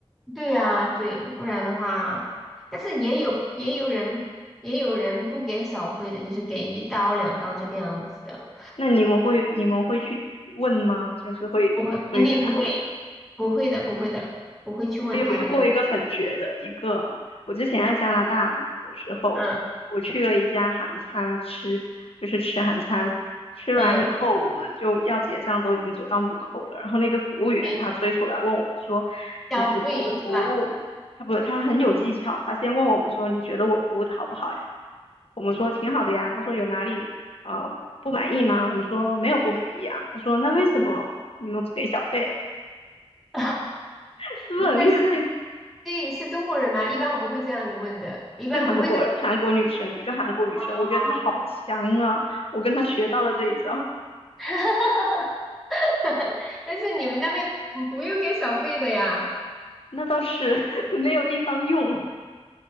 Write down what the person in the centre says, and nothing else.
对呀、对，不然的话，但是也有也有人也有人不给小费的，就是给一刀两刀这个样子的。
不会，肯定不会，不会的，不会的，不会去问他这个。
嗯
嗯，
对，叫费是吧？
<laughs>
那是对，是中国人吗？一般我们会这样子问的，一般不会这个。
哦，
<laughs> 但是你们那边嗯不用给小费的呀？